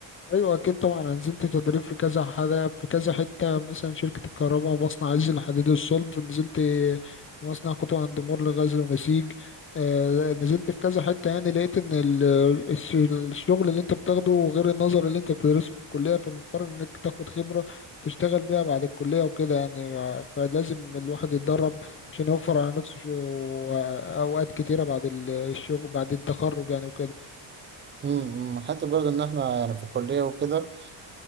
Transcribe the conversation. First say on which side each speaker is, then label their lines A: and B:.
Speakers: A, on the left; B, on the right.
A: ايوه اكيد طبعا انا نزلت تدريب في كذا حاجه في كذا حته مثلا شركه الكهرباء ومصنع عز الحديد الصلب نزلت في مصنع كوتو اند مور لغزل ونسيج آه، نزلت في كذا حته يعني لقيت ان ال- الش- الشغل اللي انت بتاخده غير النظر اللي انت بتدرسه في الكليه فمضطر انك تاخد خبره تشتغل بيها بعد الكليه وكده يعني آه، فلازم الواحد يتدرب عشان يوفر على نفسه ش- و- اوقات كتيره بعد ال- الشغل بعد التخرج يعني وكده
B: امم حتى برضو ان احنا يعني في الكلية وكده